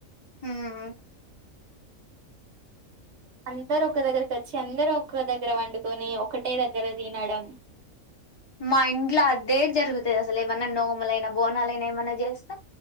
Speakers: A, on the left; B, on the right.
A: హ్మ్
B: అందరు ఒక దగ్గరకి వచ్చి అందరు ఒక దగ్గర వండుకొని ఒకటే దగ్గర తినడం
A: మా ఇంట్లో అదే జరుగుతది అసలు ఏమన్నా నోములైనా బోనాలైనా ఏమైన్నా చేస్తే